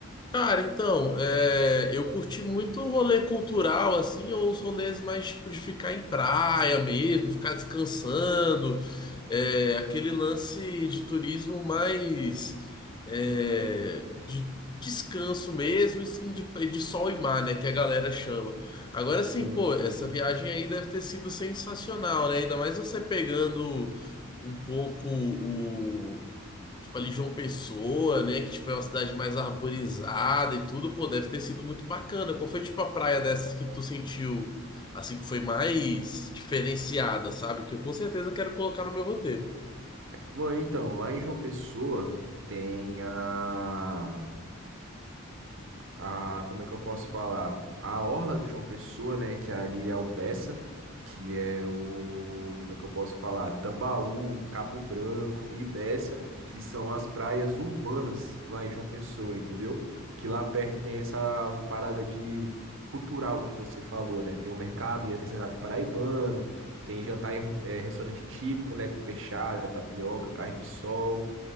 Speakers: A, on the left; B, on the right.
A: Cara, então, é, eu curti muito o rolê cultural, assim, ou os rolês mais tipo de ficar em praia mesmo, ficar descansando, é, aquele lance de turismo mais é, de descanso mesmo, assim, de, de sol e mar, né, que a galera chama. Agora, assim,
B: Sim,
A: pô,
B: sim.
A: essa viagem aí deve ter sido sensacional, né? Ainda mais você pegando um pouco tipo ali João Pessoa, né, que tipo é uma cidade mais arborizada e tudo, pô, deve ter sido muito bacana. Qual foi tipo a praia dessas que tu sentiu assim que foi mais diferenciada, sabe? Que eu com certeza quero colocar no meu roteiro.
B: Bom, então, lá em João Pessoa tem a. a, como é que eu posso falar? A orla de João Pessoa, né, que ali é o Beça, que é o, como é que eu posso falar? Tambaú, Cabo Branco e Beça, que são as praias urbanas lá em João Pessoa, entendeu? Que lá perto tem essa parada de cultural que você falou, né? Tem o mercado e artesanato paraibano, tem jantar, e, eh, restaurante típico, né, com peixada, tapioca, carne de sol.